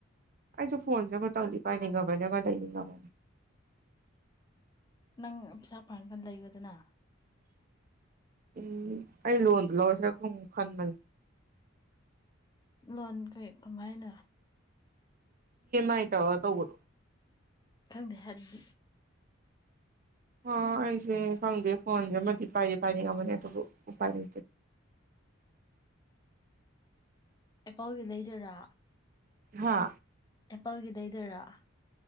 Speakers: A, on the right; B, on the left.
A: ꯑꯩꯁꯨ ꯐꯣꯟꯁꯦ ꯃꯇꯝꯗꯤ ꯄꯥꯏꯅꯤꯡꯉꯕꯅꯦꯕ ꯂꯩ ꯅꯤꯡꯉꯕꯅꯤ
B: ꯅꯪ ꯄꯩꯁꯥ ꯄꯥꯡꯒꯥꯟ ꯂꯩꯕꯗꯅ
A: ꯎꯝ ꯑꯩ ꯂꯣꯟꯗ ꯂꯧꯔꯁꯤ ꯈꯟꯕꯅꯤ
B: ꯂꯣꯟ ꯀꯩ ꯀꯃꯥꯏꯅ
A: ꯥꯏ ꯇ ꯇꯧꯕꯣ
B: ꯈꯪꯗꯦ ꯍꯥꯏꯗꯤ
A: ꯍ ꯑꯩꯁꯦ ꯐꯪꯗꯦ ꯐꯣꯟ ꯃꯗꯤ ꯄꯥꯏꯔꯤꯦ ꯄꯥꯏꯔ ꯉꯃꯅꯦ ꯎ ꯄꯥꯏꯔ
B: ꯏ ꯄꯥꯎꯒꯤ ꯂꯩꯗꯣꯏꯔꯥ
A: ꯍꯥ
B: ꯑꯦꯄꯜꯒꯤꯗꯗꯣꯏꯔꯥ